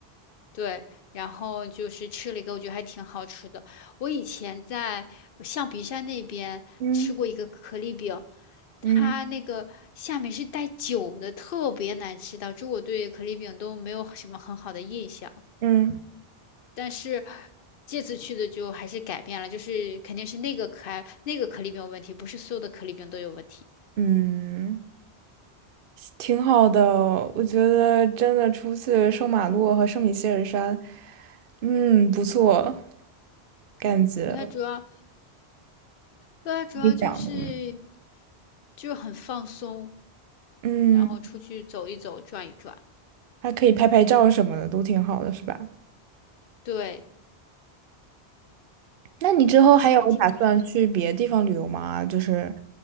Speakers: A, on the left; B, on the right.
A: 对，然后就是吃了一个，我觉得还挺好吃的。我以前在象鼻山那边吃过一个可丽饼，
B: 嗯嗯
A: 它那个下面是带酒的，特别难吃，导致我对可丽饼都没有什么很好的印象。
B: 嗯
A: 但是这次去的就还是改变了，就是肯定是那个可爱那个可丽饼有问题，不是所有的可丽饼都有问题。
B: 嗯。挺好的，我觉得真的出去圣马洛和圣米歇尔山，嗯，不错，感觉
A: 对它主要，对它主要就是
B: 你讲的，
A: 就很放松，
B: 嗯，
A: 然后出去走一走，
B: 嗯
A: 转一转。
B: 还可以拍拍照什么的，都挺好的，是吧？
A: 对，
B: 那你之后还有打算去别的地方旅游吗？
A: 就还挺不错。
B: 就是